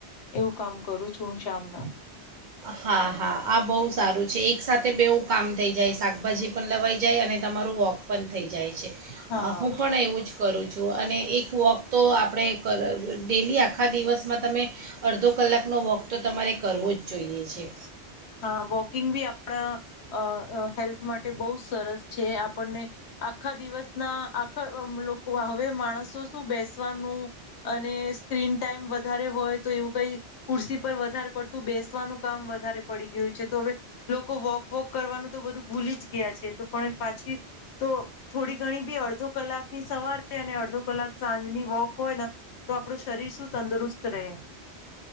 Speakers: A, on the left; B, on the right.
A: એવું કામ કરું છું હું શમના.
B: હા હા આ બહુ સારું છે એક સાથે. વું કામ થઈ જાય સા. બાજી પણ લવાઈ જાય અને તમારું વોક પણ થઇ જાય.
A: હા
B: હું પણ એવું જ કરું છું અને એક વોક. તો આપણે કર ડેલી આખા દિવસમાં તમે અડધો કલાકનો વોક તો તમારે કરવો જ. જોઈએ છ છેએ.
A: હા વોકિંગ બી આપણા હેલ્થ માટે બહુ જ સરસ. છે આપણને. આખા દિવસ ના આખા. હવે માણસો શું બેસવાનું અને સ્ક્રીન. ટાઈમ વધારે હોય તો એવું. કઈ કુરસી પર વધારે પડતું બેસવાનું કામ વધારે. પડી ગયું છે તો હવે લોકો વોક વોક કરવાનું તો બધું ભૂલી જ ગયા છે તો પણ પાછી તો થોડી ઘણી બી અડધો કલાક ની સવારે અને અડધો કલાક સાંજની વોક હોયને તો આપડું શરીર શું તંદુરસ્ત રહે.